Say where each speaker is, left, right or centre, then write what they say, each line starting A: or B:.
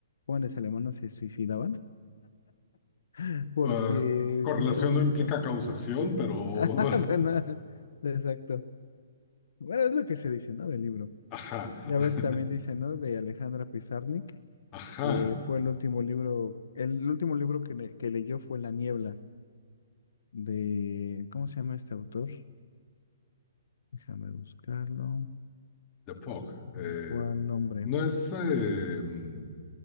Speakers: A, on the left; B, on the left.
A: jóvenes alemanes se suicidaban <laughs> porque
B: Eh, correlación
A: justamente,
B: no implica causación, pero...
A: <laughs>
B: <laughs>
A: Ah, bueno, exacto. Bueno, es lo que se dice, ¿no? Del libro.
B: Ajá, <laughs>
A: Ya ves, también dice, ¿no? De Alejandra Pizarnik
B: ajá,
A: que fue el último libro, el último libro que, le- que leyó fue La Niebla, de, ¿cómo se llama este autor? Déjame buscarlo.
B: The Fog.
A: ¿Cuál
B: Eh,
A: Fue el nombre.
B: ¿no es eh, mm,